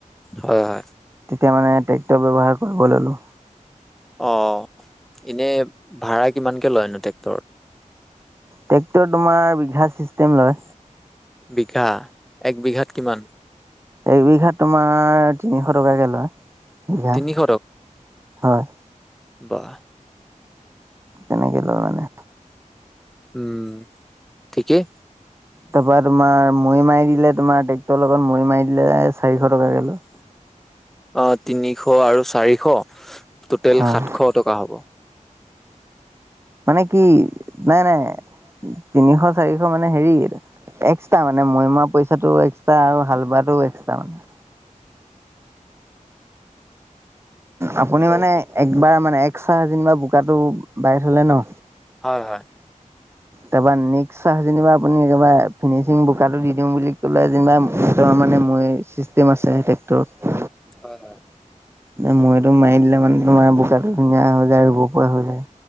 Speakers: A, in the centre; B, on the right (about 20°).
A: হয় হয়
B: তেতিয়া মানে ট্ৰেক্টৰ ব্যৱহাৰ কৰিব ল'লো।
A: অ' এনে ভাড়া কিমানকে লয়নো ট্ৰেক্টৰত?
B: ট্ৰেক্টৰ তোমাৰ বিঘা চিষ্টেম লয়।
A: বিঘা, এক বিঘাত কিমান?
B: একবিঘাত তোমাৰ, তিনিশ টকাকৈ লয়, বিঘা
A: তিনিশ
B: হয়।
A: বাহ।
B: তেনেকে লয় মানে।
A: উম, ঠিকেই।
B: তাৰপৰা তোমাৰ মৈ মাৰি দিলে, তোমাৰ ট্ৰেক্টৰৰ লগত মৈ মাৰি দিলে, চাৰিশ টকাকে লয়।
A: অ', তিনিশ আৰু চাৰিশ, ট'টেল
B: হয়
A: সাতশ টকা হ'ব।
B: মানে কি? নাই, নাই, তিনিশ চাৰিশ মানে হেৰি এক্সট্ৰা মানে, মৈমা মৰা পইচাটো এক্সট্ৰা, আৰু হাল বোৱাটো এক্সট্ৰা মানে। আপুনি
A: হেল্ল'
B: মানে একবাৰ মানে, এক চাহ যেনিবা বোকাটো বাঢ়ি থলে ন।
A: হয়, হয়।
B: তাৰপৰা নেক্সট চাহ, যেনিবা আপুনি একেবাৰে ফিনিচিং বোকাটো দি দিওঁ বুলি ক'লে যেনিবা ত, মানে মৈ চিষ্টেম আছে টেক্টৰত।
A: হয়, হয়।
B: মানে মৈতো মাৰি দিলে মানে, তোমাৰ বোকাটো ধুনীয়া হৈ যায়, ৰুব পৰা হৈ যায়।